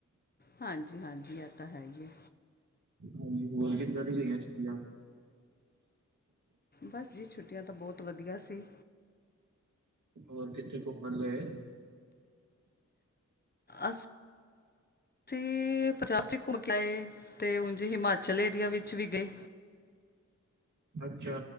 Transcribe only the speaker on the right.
ਹਾਂਜੀ, ਹੋਰ ਕਿੱਦਾਂ ਦੀ ਗਈਆਂ ਛੁਟੀਆਂ?
ਹੋਰ ਕਿੱਥੇ ਘੁੰਮਣ ਗਏ?
ਅੱਛਾ,